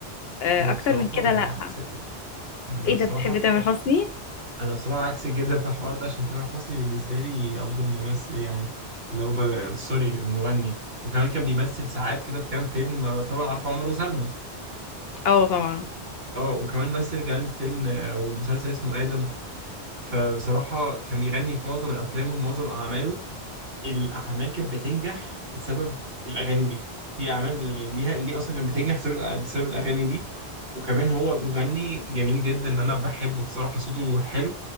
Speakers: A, on the left; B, on the right.
A: آه،
B: وبصراحه
A: اكتر من كده لا
B: عكسك يعني يعني انا
A: ايه
B: بصراحه
A: ده بتحب
B: في...
A: تامر حسني
B: انا بصراحه عكسك جدا في الحوار ده عشان تامر حسني بالنسبه لي افضل ممثل يعني لو ب... سوري مغني وكمان كان بيمثل ساعات كده في كام فيلم آه، طبعا عارفه عمر وسلمى
A: اه طبعا
B: اه وكمان مثل كمان في فيلم او مسلسل اسمه ادم فبصراحة كان بيغني في معظم الأفلام ومعظم أعماله الأعمال كانت بتنجح بسبب الأغاني دي في أعمال يعني ليها اللي أصلا كانت بتنجح بسبب الأ- بسبب الأغاني دي وكمان هو مغني جميل جدا أنا بحبه بصراحة صوته حلو